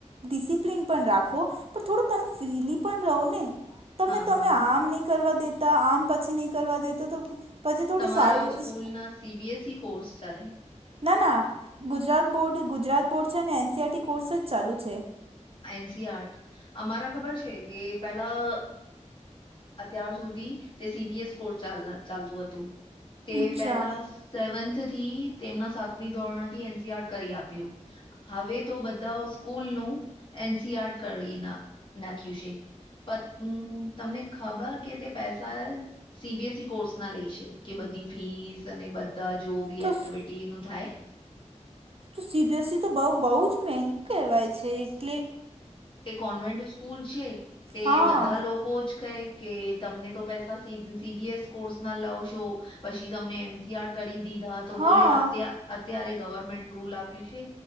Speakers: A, on the right; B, on the left.
A: ડિસિપ્લન પણ રાખો. પણ, થોડું તમે ફ્રીલી પણ રહો ને. તમે
B: હા
A: તમે આમ નહીં કરવા દેતા, આમ પછી નહીં કરવા દેતા તો પછી થોડી
B: તમારા
A: સારી
B: સ્કૂલ ના સીબીએસી કોર્સ ચાલે?
A: ના, ના. ગુજરાત બોર્ડ ગુજરાત બોર્ડ છે અને એનસીઈઆરટી કોર્સ જ ચાલુ છે.
B: એનસી આર્ટ અમારા ખબર છે કે પેલા. અત્યાર સુધી તે સીબીએસ કોર્સ ચાલતું હતું, તે
A: અચ્છા
B: પેલા. સેવન્થથી, તેમના સાતમી ધોરણ થી એનસીઆર કરી આપ્યું. હવે તો બધા સ્કૂલ નું એનસીઆર્ટ કરી ના નાખ્યું છે. પણ તમને ખબર કે તે પૈસા સીબીએસઇ કોર્સ ના લેશે કે, બધી ફીસ અને બધા જો બી
A: તો
B: એક્ટિવિટી ન થાય.
A: તો સીબીએસઇ તો બઉ બહુ જ મોધુ કહેવાય છે, એટલે
B: તે કોન્વેન્ટ સ્કૂલ છે, તે
A: હા
B: બધા લોકો જ કંઈ કે તમને તો પૈસા સી સીબીએસ કોર્સ ના લાવો છો. પછી તમને એમસીઆર કરી દીધા, તો
A: હા
B: બોલે અત અત્યારે ગવર્મેન્ટ રૂલ આપ્યું છે